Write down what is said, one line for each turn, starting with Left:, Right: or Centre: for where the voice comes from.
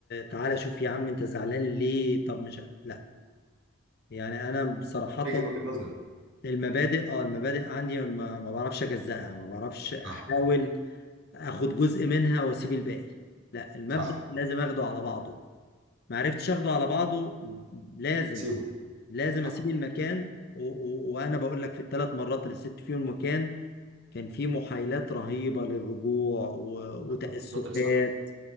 Left: تعالى شوف يا عم انت زعلان ليه طب مش لا يعني انا صراحة
Right: وجهه وجهة نظري
Left: المبادئ اه المبادئ عندي ما, ما بعرفش اجزأها ما بعرفش احاول
Right: صح
Left: اخد جزء منها واسيب الباقي لا المبدأ
Right: صح
Left: لازم اخده على بعضه ما عرفتش اخده على بعضه لازم
Right: سيبه
Left: لازم
Right: صح
Left: اسيب المكان و... و... وانا بقول لك في الثلاث مرات اللي سبت فيهم المكان كان في محايلات رهيبة للرجوع و...
Right: انت
Left: وتأسفات
Right: شاطر صح